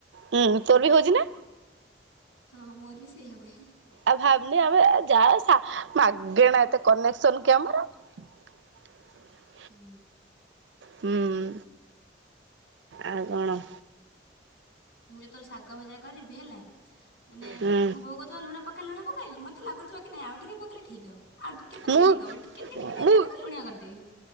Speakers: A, on the right; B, on the left.
A: ହୁଁ, ତୋର୍ ବି ହେଉଚି ନା?
B: ହଁ ହଁ, ମୋର ବି ସେଇଆ ହୁଏ।
A: ଆଉ ଭାବନି ଆମେ ଯାହା ମାଗେଣା ଏତେ କନେକ୍ସନ କି ଆମର। <inaudible>
B: ହୁଁ।
A: ହୁଁ ଆଉ କଣ?
B: ମୁଁ ଯେତେବେଳେ ଶାଗ ଭଜା କରିବି ହେଲା ମାନେ
A: ହୁଁ
B: ମୋ ବୋଉ କହୁଥିବ ଲୁଣ ପ ପକା ଲୁଣ ପକେଇ ମତେ ଲାଗୁଥିବ କି ନାଇ ଆଉ ଟିକେ ପକେଇଲେ ଠିକ୍ ହବ। ଆଉ ଟିକେ ପକେଇଲେ
A: ମୁଁ
B: ଠିକ୍ ହବ ଟିକେ ଟିକେ ଟିକେ
A: ମୁଁ
B: କରିକରି ଲୁଣିଆ କରିଦେବି।